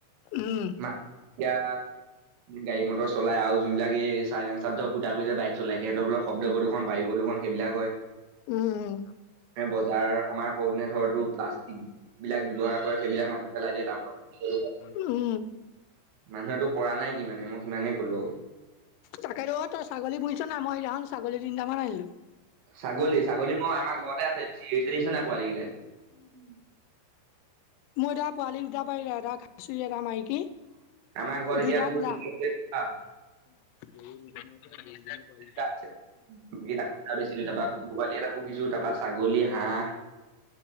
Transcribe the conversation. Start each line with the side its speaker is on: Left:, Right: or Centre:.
Left: উম,
Right: না এতিয়া। গাড়ী মটৰ চলাই আৰু যোনবিলাক চাইলেঞ্চাদ ফুটা কৰি যোইক চাই সিহঁৰ শব্দ প্ৰদূষণ বায়ু প্ৰদূষণৰ এইবিলাক হয়।
Left: উম।
Right: বজাৰ সমাৰ কৰোতে ধৰ তো প্লাষ্টিক বিলাক ব্যৱহাৰ কৰে সেইবিলাক চলাই দিয়ে।
Left: উম,
Right: মানুহটো কৰা নাই কি মানে মই সিমানেই কলো আৰু
Left: তাকেত তো অ তই ছাগলী বুহিছ নাই মই সদিনাখখন ছাগলী তিনটামান আনিলো।
Right: ছাগলী ছাগলী মই আমাৰ ঘৰতে আছে চিঞৰি ছে নাই পোৱালি কেইটাই। উম
Left: মোৰ এটা পোৱালি দুটা পাৰিলা এটা খাইছো এটা মাইকী
Right: আমাৰ ঘৰত এতিয়া
Left: দুইটা
Right: তোৰ
Left: কলা
Right: কি কৰিছে চা,
Left: দুজন
Right: ক বেছি দিওঁ তাৰ কুকুৰ পোৱালী এটা পহ শশডাকো সিজছো তাৰাপা ছাগলী হাঁহ